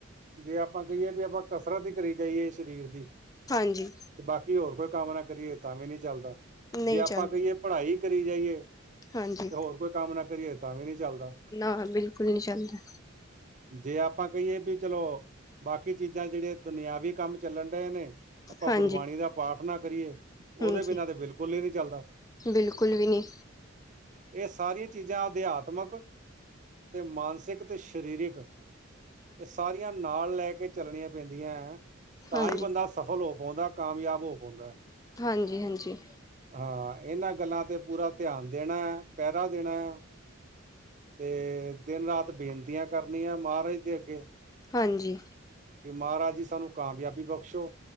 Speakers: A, on the right (about 35°); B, on the left (about 15°).
A: ਜੇ ਆਪਾਂ ਕਹੀਏ ਵੀ ਆਪਾਂ ਕਸਰਤ ਹੀ ਕਰੀ ਜਾਈਏ ਸਰੀਰ ਦੀ
B: ਹਾਂਜੀ
A: ਬਾਕੀ ਹੋਰ ਕੋਈ ਕੰਮ ਨਾ ਕਰੀਏ ਤਾਂ ਵੀ ਨਹੀਂ ਚੱਲਦਾ
B: ਨਹੀਂ
A: ਜੇ ਆਪਾਂ
B: ਚੱਲਦਾ
A: ਕਹੀਏ ਪੜ੍ਹਾਈ ਕਰੀ ਜਾਈਏ ਤੇ
B: ਹਾਂਜੀ।
A: ਹੋਰ ਕੋਈ ਕੰਮ ਨਾ ਕਰੀਏ ਤਾਂ ਵੀ ਨਹੀਂ ਚੱਲਦਾ
B: ਨਾ ਬਿਲਕੁਲ ਨਹੀਂ ਚੱਲ ਰਿ
A: ਜੇ ਆਪਾਂ ਕਹੀਏ ਵੀ ਚਲੋ ਬਾਕੀ ਚੀਜ਼ਾਂ ਜਿਹੜੀਆਂ ਦੁਨਿਆਵੀ ਕੰਮ ਚੱਲਣ ਡਏ ਨੇ ਆਪਾਂ
B: ਹਾਂਜੀ।
A: ਗੁਰਬਾਣੀ ਦਾ ਪਾਠ ਨਾ ਕਰੀਏ ਉਹਦੇ
B: ਹਾਂਜੀ
A: ਬਿਨਾ ਤੇ ਬਿਲਕੁਲ ਹੀ ਨਹੀਂ ਚੱਲਦਾ
B: ਬਿਲਕੁਲ ਵੀ ਨੀ
A: ਇਹ ਸਾਰੀਆਂ ਚੀਜ਼ਾਂ ਅਧਿਆਤਮਿਕ ਤੇ ਮਾਨਸਿਕ ਤੇ ਸਰੀਰਕ ਇਹ ਸਾਰੀ ਨਾਲ ਲੈ ਕੇ ਚੱਲਣੀਆਂ ਪੈਂਦੀਆਂ ਹੈ
B: ਹਾਂਜੀ-ਹਾਂਜੀ।
A: ਤਾਂ ਹੀ ਬੰਦਾ ਸਫਲ ਹੋ ਪਾਉਂਦਾ ਕਾਮਯਾਬ ਹੋ ਪਾਉਂਦਾ।
B: ਹਾਂਜੀ ਹਾਂਜੀ
A: ਹਾਂ ਇਹਨਾਂ ਗੱਲਾਂ ਤੇ ਪੂਰਾ ਧਿਆਨ ਦੇਣਾ ਹੈ ਪਹਿਰਾ ਦੇਣਾ ਹੈ ਤੇ। ਦਿਨ ਰਾਤ ਬੇਨਤੀਆਂ ਕਰਨੀਆਂ ਮਹਾਰਾਜ ਦੇ ਅੱਗੇ।
B: ਹਾਂਜੀ।
A: ਕਿ ਮਹਾਰਾਜ ਜੀ ਸਾਨੂੰ ਕਾਮਯਾਬੀ ਬਖਸ਼ੋ